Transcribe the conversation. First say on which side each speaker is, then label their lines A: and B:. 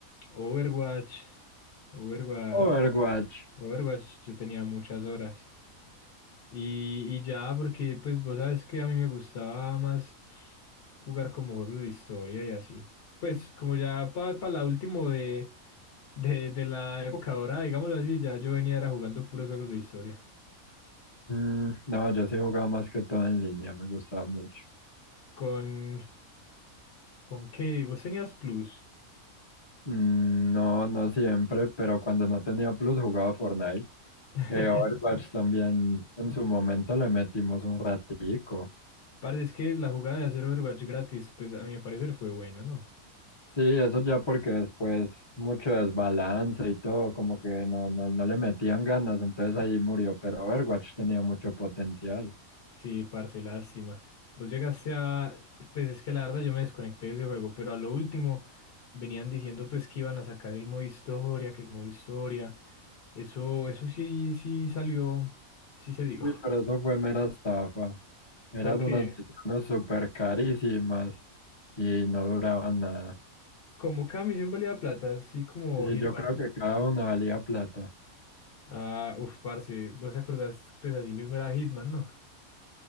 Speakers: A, on the left; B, on the left.
A: Overwatch, Overwatch,
B: Overwatch.
A: Overwatch, yo tenía muchas horas. Y, y ya, porque pues vos sabes que a mí me gustaba más jugar como juegos de historia y así. Pues como ya para la último de, de, de la época dorada, digámoslo así, ya yo venía era jugando puros juegos de historia.
B: Mm, no, yo sí jugaba más que todo en línea, me gustaba mucho.
A: ¿Con, con qué? ¿Vos tenías Plus?
B: Mm, no, no siempre, pero cuando no tenía Plus jugaba Fortnite.
A: <laughs>
B: Eh, Overwatch también en su momento le metimos un ratico.
A: Parce, es que la jugada de hacer Overwatch gratis, pues a mi parecer fue buena, ¿no?
B: Sí, eso ya porque después mucho desbalance y todo, como que no, no, no le metían ganas, entonces ahí murió, pero Overwatch tenía mucho potencial.
A: Sí, parce, lástima. Vos llegaste a... Pues es que la verdad yo me desconecté de ese juego, pero a lo último venían diciendo pues que iban a sacar el modo historia, que el modo historia. Eso, eso sí, sí salió, sí se dijo.
B: Sí, pero eso fue mera estafa. Eran
A: <laughs> Porque
B: unas misiones súper carísimas y no duraban nada.
A: como cada misión valía plata, así como
B: Sí,
A: Hitman.
B: yo creo que cada uno valía plata.
A: Ah, uf, parce, vos te acordás, pues así mismo era Hitman, ¿no?